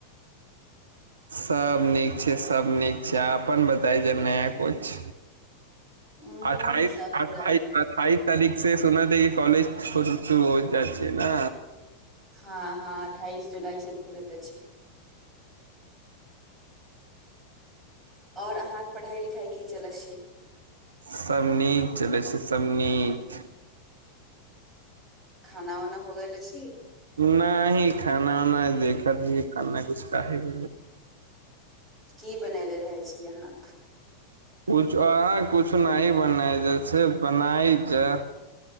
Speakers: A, on the right; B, in the centre.
A: सब नीक छै सब नीक छै अपन बताई जा नया कुछ
B: उ
A: अठाइस
B: सब पूरा
A: अठाइस अठाइस तारख से सुनत कॉलेज शुर हो जाइ छै ने
B: हँ हँ अठाइस जुलाई से खुलैत अछि और अहाँके पढ़ाई लिखाई की चलै छी
A: सभ नीक चलैत छै सभ नीक
B: खाना उना हो गेले छी
A: न ही खाना वाना देखबही कनने नहि कुछ कहाहे
B: की बनेनेे रहै छियै अहाँ
A: कुछ अहाँ कुछ नहि बनाय जइ छै बनाइ जा